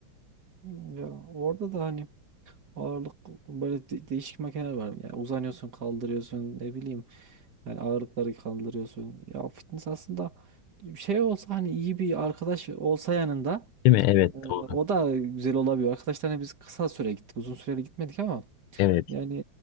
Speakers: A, on the right (about 50°); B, on the left (about 80°).
A: Ya orada da hani Ağırlık böyle de- değişik makineler var. Yani uzanıyorsun, kaldırıyorsun, ne bileyim. Yani ağırlıkları kaldırıyorsun. Ya fitness aslında şey olsa hani iyi bir arkadaş olsa yanında
B: Değil mi? Evet,
A: e, o
B: doğru.
A: da güzel olabiliyor. Arkadaşlarla biz kısa süre gittik. Uzun süreli gitmedik ama
B: Evet
A: yani